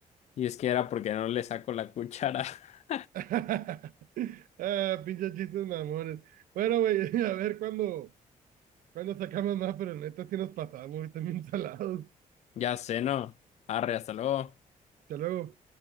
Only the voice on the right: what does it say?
<laughs> Ah, pinches chistes mamones. Bueno, güey, <laughs> a ver cuándo, cuándo sacamos más, pero neta sí nos pasamos, güey, también salados.
Hasta luego.